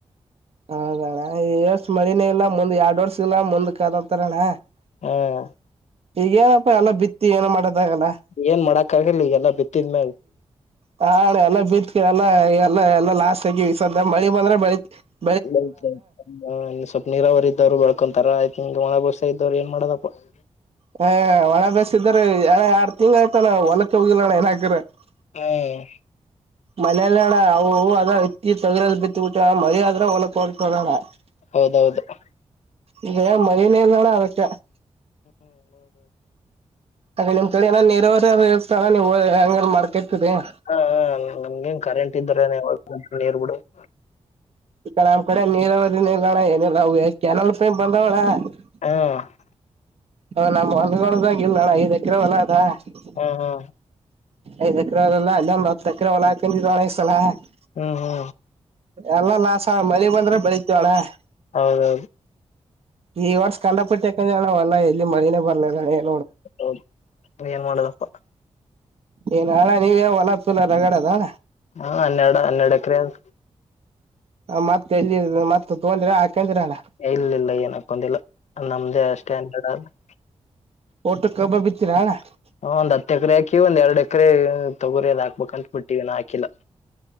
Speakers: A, on the right; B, on the left.
A: ಹೌದ ಅಣ್ಣ ಈ ವರ್ಷ ಮಳೆನೇ ಇಲ್ಲ ಮುಂದ್ ಎರಡ್ ವರ್ಷ ಇಲ್ಲ ಮುಂದಕ್ಕ ಅದವನತಾರಣ್ಣ. <unintelligible>
B: ಹ. <unintelligible>
A: ಈಗ ಏನಪ್ಪಾ ಎಲ್ಲಾ ಬಿತ್ತಿ ಏನೋ ಮಾಡದ ಆಗಲ್ಲ. <unintelligible>
B: ಏನ್ ಮಾಡಕ್ ಆಗಲ್ಲ ಈಗ ಎಲ್ಲ ಬಿತ್ತಿದ್ಮೇಲೆ. <unintelligible>
A: ಹ ಅಣ್ಣಾ ಎಲ್ಲ ಬಿತ್ತಿವಿ ಎಲ್ಲ ಎಲ್ಲ ಎಲ್ಲ ಲಾಸ್ಟ್ ಆಗಿ ವಿಸ್ದ ಮಳಿ ಬಂದ್ರೆ ಬೆಳ <unintelligible>
B: ಸ್ವಲ್ಪ ಆ ಸ್ವಲ್ಪ್ ನೀರಾವರರಿ ಇದ್ರು ಬಳ್ಕೊಂತಾರ ಆಯ್ತ್ ಒಣಗೋಸ ಇದವ್ರು ಏನ್ ಮಾಡದಪ್ಪ. <unintelligible>
A: ಹ ಒಣ ಬೇಸಯ ಇದ್ದರೆ ಯಾಡ ಯಾರ್ಡ್ ತಿಂಗಳ್ ಆಯ್ತಾನ್ಣ ಹೊಲಕ್ಕಕ್ಕೆ ಹೋಗಿಲ್ಲಣ್ಣ ಇನ್ ಅಗರ್. <unintelligible>
B: ಹ. <unintelligible>
A: ಮಲೇಲ್ಲ ಅಣ್ಣ ಅವು ಅವು ಅದ ಇತ್ತಿ ತೊಗ್ರದ ಬಿತ್ತ ಬೀಟಾ ಮಳಿ ಆದ್ರೆ ಹೊಲಕ್ ಹೋಗತ್ತದ ಅಣ್ಣಾ. <unintelligible>
B: ಹೌದ ಹೌದ. <unintelligible>
A: ಈಗಲೇ ಮನೀವ್ ಇಲ್ಲ ನೋಡ ಅದಕ್ಕ. <unintelligible>
B: ಅಲ್ಲ ಅದು. <unintelligible> <inaudible>
A: ಅದ ನಿಮ್ಮ ಕಡೆ ಏನ ನೀರಾವರಿ ಇರುತ್ತ ನೀವು ಹೋಗಿ ಹೆಂಗರ ಮಾಡಕೋತ್ತಿರಿ. <unintelligible>
B: ಹ ಹ ನಮಗ ಏನ್ ಕರೆಂಟ್ ಇದ್ದರ ನೀರ್ ಬಿಡು. <unintelligible>
A: ನಮ್ಮ ಕಡೆ ನೀರ ಅವಧಿ ನಿಲ್ದಾಣ ಏನೋ ಇಲ್ಲಾ ಅವು ಏ ಕೆನಲ್ ಪೈ ಬಂದವಳಾ? <unintelligible>
B: ಹಲೋ? <unintelligible>
A: ಹ ನಮ್ಮ ಹೊಲದೋಳದಾಗಿ ಇಲ್ಲ ಅಳ ಐದ ಎಕರೆ ಹೊಲ ಅದಾ. <unintelligible>
B: ಹ ಹ. <unintelligible>
A: ಐದ ಎಕರೆ ಆಗಲ್ಲ ಅಲೊಂದ್ ಹತ್ತ ಎಕರ ಹೊಲ ಹಾಕೊಂಡ ಇದು ಒನಗಸಲಾ. <unintelligible>
B: ಹ ಹ. <unintelligible>
A: ಎಲ್ಲಾ ಲಾಸ್ ಮಳಿ ಬಂದ್ರೆ ಬೆಳಿತೀವಿ ಅಣ್ಣ. <unintelligible>
B: ಹೌದ ಹೌದು. <unintelligible>
A: ಈ ವರ್ಷ ಕಂಡಾಪಟ್ಟಿ ಕಂದ್ರನಲ್ಲಾ ಹೊಲದಾಗ ಐತಿ ಮಳನೇ ಬರ್ಲದ ಏನ್. <unintelligible>
B: ಹೌದ ಏನ್ ಮಾಡದಪ್ಪ. <unintelligible>
A: ಈ ನೆಳಾಗ ನೀವ ಏನ್ ಹೊಲಪಿಲ್ಲ ರಗಡ ಅದ ಅಣ್ಣಾ. <unintelligible>
B: ಹಾ ಹನ್ನೆರಡ ಹನ್ನೆರಡ ಎಕರೆ ಅದ. <unintelligible>
A: ಮತ್ತ ಎಲ್ಲಿ ಮತ್ತ ತೊಂಗಂಡಿರಾ ಹಾಕೊಂಡಿರಾ ಅಣ್ಣ. <unintelligible>
B: ಇಲ್ಲಿ ಇಲ್ಲ ಏನ್ ಹಾಕೊಂಡಿಲ್ಲ ನಮ್ದೇ ಅಷ್ಟೇ ಅಂದೆ ನಾ. <unintelligible>
A: ಓಟ್ಟು ಕಬ್ಬ ಬಿತ್ತೀರಾ ಅಣ್ಣಾ. <unintelligible>
B: ಹ ಒಂದ ಹತ್ತು ಎಕರೆ ಹಾಕಿವಿ ಒಂದ್ ಎರಡು ಎಕರೆ ತಗೋರಿ ಎಲ್ಲಾ ಹಾಕಬೇಕ್ಂತ ಬಿಟ್ಟಿವಿ ಇನ್ನ ಹಾಕಿಲ್ಲಾ. <unintelligible>